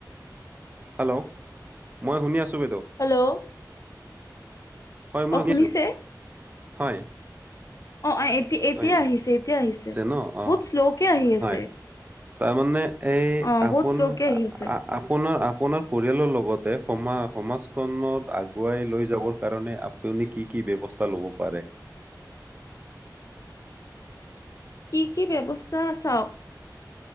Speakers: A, on the right; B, on the left.
A: হেল্লৌ' মই শুনি আছো বাইদেউ।
B: হেল্লৌ'।
A: হয় মই শুনিছোঁ,
B: শুনিছে
A: হয়।
B: অঁ অঁ এতি এতিয়া
A: হয়
B: আহিছে এতিয়া আহিছে,
A: ন অ
B: বহুত শ্লৌ কে আহি
A: হয়
B: আছে।
A: তাৰমানে এই
B: অ
A: আপোন
B: বহুত শ্ল'কে আহি
A: আ আ-
B: আছে
A: আপোনাৰ আপোনাৰ পৰিয়ালৰ লগতে সমা সমাজখনত আগুৱাই লৈ যাবৰ কাৰণে আ- পোনি কি কি ব্যৱস্থা ল'ব পাৰে?
B: কি কি ব্যৱস্থা চাওক-